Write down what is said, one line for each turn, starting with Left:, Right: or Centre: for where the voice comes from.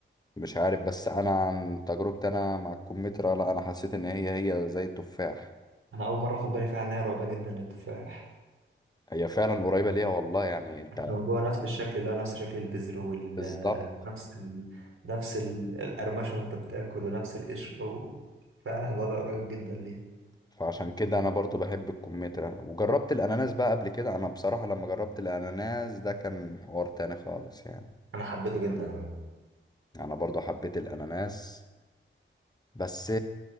Left: مش عارف بس انا عن تجربتي انا مع الكمثرى لا انا حسيت ان هي هي زي التفاح
Right: انا اول مره اخد بالي فعلا انها قريبه جدا للتفاح
Left: هي فعلا قريبة ليها والله يعني انت
Right: حتى من جوه نفس الشكل اللي هو نفس شكل البذر وال
Left: بالظبط
Right: نفس ال... نفس ال- القرمشه وانت بتاكل ونفس القشر و... فعلا الوضع قريب جدا ليه
Left: فعشان كده انا برضو بحب الكمثرى وجربت الاناناس بقى قبل كده انا بصراحة لما جربت الاناناس ده كان حوار تاني خالص يعني
Right: انا حبيته جدا عموما
Left: انا برضو حبيت الاناناس بس